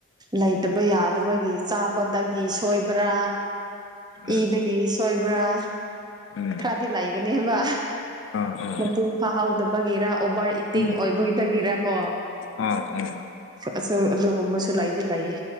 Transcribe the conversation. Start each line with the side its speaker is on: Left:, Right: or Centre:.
Right: ꯂꯩꯇꯕ ꯌꯥꯗꯕꯒꯤ ꯆꯥꯕꯗꯒꯤ ꯁꯣꯏꯕ꯭ꯔꯥ
Left: ꯎꯝ
Right: ꯏꯗꯒꯤ ꯁꯣꯏꯕ꯭ꯔꯥ
Left: ꯎꯝ
Right: ꯈꯔꯗꯤ ꯂꯩꯒꯅꯦꯕ
Left: ꯑꯥ ꯑꯥ
Right: ꯃꯄꯨꯡ ꯐꯥꯍꯥꯎꯗꯕꯒꯤꯔ ꯑꯣꯕꯥꯔ ꯏꯇꯦꯡ
Left: ꯎꯝ
Right: ꯑꯣꯏꯕꯒꯤꯗꯒꯤꯔ ꯀꯣ
Left: ꯑꯥ ꯎꯝ
Right: ꯑꯁ ꯑꯗꯨꯒꯨꯝꯕꯁꯨ ꯂꯩꯗꯤ ꯂꯩꯌ‌ꯦ